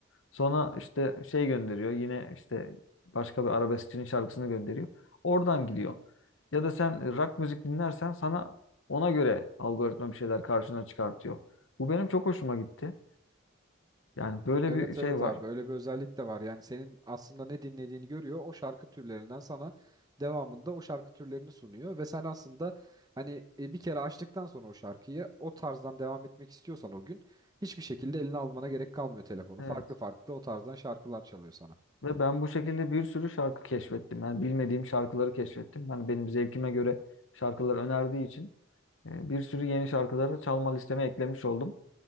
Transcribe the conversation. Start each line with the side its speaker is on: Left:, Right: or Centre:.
Left: Sonra işte şey gönderiyor. Yine işte başka bir arabeskçinin şarkısını gönderiyor. Oradan gidiyor. Ya da sen rock müzik dinlersen sana ona göre algoritma bir şeyler karşına çıkartıyor. Bu benim çok hoşuma gitti. Yani böyle
Right: Evet
Left: bir şey
Right: evet
Left: var.
Right: abi öyle bir özellik de var. Yani senin aslında ne dinlediğini görüyor. O şarkı türlerinden sana devamında o şarkı türlerini sunuyor ve sen aslında hani e, bir kere açtıktan sonra o şarkıyı o tarzdan devam etmek istiyorsan o gün hiçbir şekilde eline almana gerek kalmıyor telefonu.
Left: Evet.
Right: Farklı farklı o tarzdan şarkılar çalıyor sana.
Left: Ve ben bu şekilde bir sürü şarkı keşfettim. Yani bilmediğim şarkıları keşfettim. Hani benim zevkime göre şarkılar önerdiği için e, bir sürü yeni şarkıları çalma listeme eklemiş oldum.